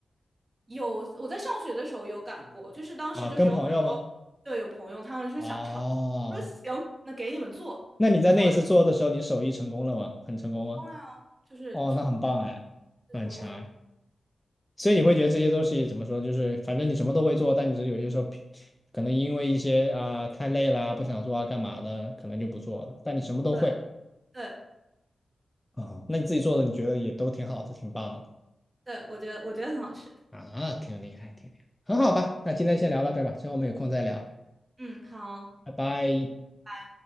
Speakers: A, on the right; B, on the left.
A: <laughs> 有。我在上学的时候有擀过，就是当时就是有很多对有朋友他们是想尝尝，
B: 啊？跟朋友吗？啊，
A: 我说行，那给你们做，
B: 那你在那一次做的时候，
A: 做的
B: 你手艺成功了吗？很成功吗？
A: 重呀就是成就
B: 哦，那很棒哎，那很强哎。
A: 是很稳，
B: 所以你会觉得这些东西怎么说，就是反正你什么都会做，但你只是有些时候可能因为一些啊、呃太累啦，不想做啊干嘛的，可能就不做了。但你什么都会
A: 对对
B: 啊、嗯那你自己做的你觉得也都挺好的，挺棒的
A: 对，我觉得我觉得很好吃，
B: 啊，挺厉害，挺厉害，很好吧？那今天先聊到这儿吧，之后我们有空再聊，
A: 嗯，好。
B: 拜拜。
A: 拜。